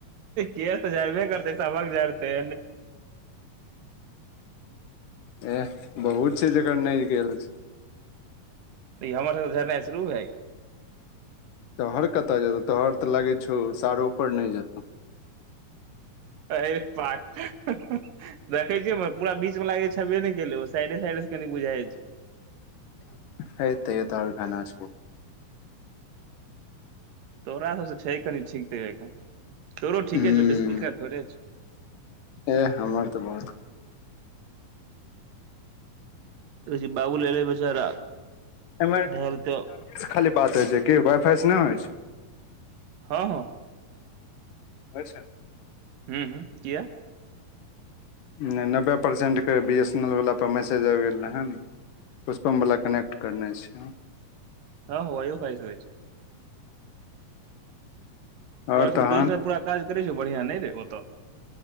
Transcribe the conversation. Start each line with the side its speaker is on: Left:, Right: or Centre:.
Right: केस तऽ झड़बे करतै सभक़ँ झड़ते
Left: एह बहुत छै जकर नहि गेल।
Right: तऽ हमर सभके झरनाइ शुरू हय
Left: तोहर कतय जेतौ तोहर तऽ लागै छौ सारोपर नहि जेतौ।
Right: है लागल देखे छियै पूरा बीच मे लागे छेबे नहि केले ओ साइडे साइडे से कनि बुझा छै।
Left: हे त तऽ घाना छै
Right: तोरा सभसँ छै कनि ठीक तैन तरो ठीके
Left: हूँ
Right: छै बेस दिक्कत थोड़े छै
Left: एह हमर तऽ बहुत
Right: कह बाबू लै बेचारा
Left: एहि
Right: ढेल तऽ
Left: खाली बात होइ छै कि वाइ फाइ से नहि होइ छै।
Right: ह ह
Left: अच्छा
Right: हू हू किया
Left: नहि नब्बे परसेटके बी एस एन एल वला पर मैसेज आबि गेल रहै हन पुष्पमवला कनेक्ट करनेइ छै।
Right: ह यो फाइज होइ छै
Left: आओर
Right: तोरा सभकेमे
Left: तहन
Right: पूरा काज करै छौ बढ़िआ नहि रहै ओत